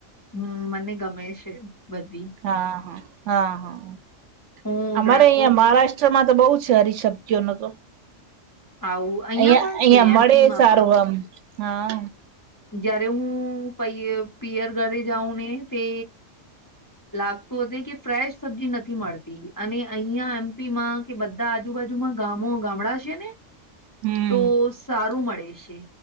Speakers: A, on the left (about 25°); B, on the right (about 70°).
A: હમ! મને ગમે છે બધી.
B: હા હા હા હા!
A: હું ડ્રાયફ્રૂટ
B: અમારે અહિયાં મહારાષ્ટ્ર. કછરમાં તો બહુ છે. હરી સબ્જીઓનો તો.
A: આવું
B: અહિયાં
A: પણ
B: અહિયાં
A: છે
B: મળે
A: એમપીમાં
B: સારું
A: પણ
B: આમ હા.
A: જયારે હું પ પિયર ઘરે જાઉં ને, તે. લાગતું હત કે ફ્રેશ સબ્જી નથી મળતી. અને અહિયાં એમપીમાં કે બધ. આજુબાજુમાં ગામો ગ. ને
B: હમ
A: તો સારું મળે છે.